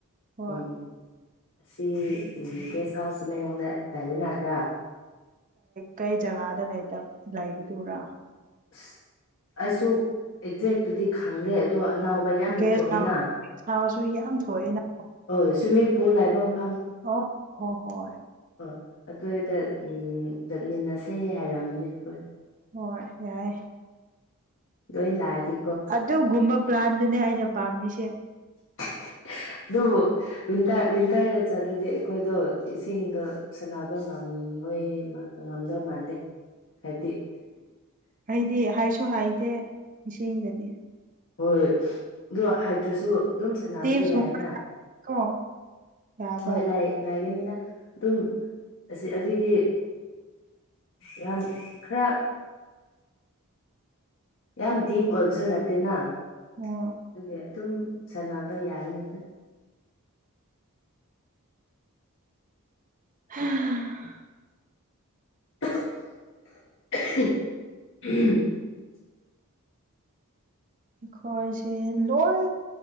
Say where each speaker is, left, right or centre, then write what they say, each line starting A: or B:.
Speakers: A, on the right; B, on the left.
A: ꯍꯣꯏ
B: ꯎꯝ ꯑꯁꯤ ꯦꯁ ꯍꯥꯎꯁ ꯑꯩꯉꯣꯟꯗ ꯂꯏꯌꯦꯡ ꯅꯥꯈ꯭ꯔꯥ
A: ꯀꯩ ꯖꯒꯥꯗ ꯂꯩꯕꯗꯨꯔꯥ
B: ꯑꯁ ꯑꯩꯁꯨ ꯑꯦꯛꯖꯦꯛꯇꯨꯗꯤ ꯈꯪꯗꯦ ꯑꯗꯣ ꯑꯅꯥꯎꯕ ꯌꯥꯝ
A: ꯒꯦꯁ
B: ꯊꯣꯛꯑꯦꯅ
A: ꯒꯦꯁ ꯍꯥꯎꯁꯁꯨ ꯌꯥꯝ ꯊꯣꯛꯑꯦꯅ
B: ꯍ ꯁ꯭ꯋꯤꯃꯤꯡ ꯄꯨꯜ ꯍꯥꯏꯐꯝ
A: ꯑ ꯍ ꯍꯣꯏ
B: ꯑ ꯑꯗꯨꯏꯗ ꯎꯝ ꯆꯠꯃꯤꯟꯅꯁꯦ ꯍꯥꯏꯔꯝꯕꯅꯦ ꯍꯣꯏ
A: ꯍꯣꯏ ꯌꯥꯏꯦ
B: ꯂꯣꯏ ꯂꯑꯗꯤ
A: ꯑꯗꯨꯒꯨꯝꯕ ꯄ꯭ꯂꯥꯟꯗꯨꯅꯦ ꯑꯩꯅ ꯄꯥꯝꯃꯤꯁꯦ
B: <unintelligible> ꯑꯗꯨꯕꯨꯇ ꯋꯤꯟꯇꯔꯗ ꯆꯠ꯭ꯔꯗꯤ ꯑꯩꯈꯣꯏꯗꯣ ꯏꯁꯤꯡꯗꯣ ꯁꯥꯟꯅꯕ ꯉꯝꯃꯦ ꯃꯣꯏ ꯉꯝꯗꯧ ꯃꯥꯟꯗꯦ ꯈꯗꯤ
A: ꯑꯩꯗꯤ ꯍꯥꯏꯁꯨ ꯍꯥꯏꯗꯦ ꯏꯆꯁꯤꯡꯗꯗꯤ
B: ꯍꯣꯏꯣꯏ ꯑꯣ ꯍꯥꯏꯇ꯭ꯔꯁꯨ ꯑꯗꯨꯝ ꯁꯥꯟꯅꯕꯗꯤ
A: ꯇꯤꯞꯁꯀꯨꯝꯕ
B: ꯌꯥꯏꯌꯦꯅ
A: ꯀꯣ ꯌꯥꯕ
B: ꯍꯣꯏ ꯂꯥꯏ ꯂꯥꯏꯒꯅꯤꯗ ꯑꯗꯨꯝ ꯑꯁꯤ ꯑꯗꯨꯏꯗꯤ ꯌꯥꯝ ꯈꯔ ꯌꯥꯝ ꯗꯤꯞ ꯑꯣꯏꯕꯁꯨ ꯅꯠꯇꯦꯅ ꯑꯗꯨꯒ
A: ꯍꯣꯏ
B: ꯑꯗꯨꯝ ꯁꯥꯟꯅꯕ ꯌꯥꯒꯅꯤꯗ
A: ꯍꯝ
B: <unintelligible>
A: ꯑꯩꯈꯣꯏꯁꯦ ꯂꯣꯏ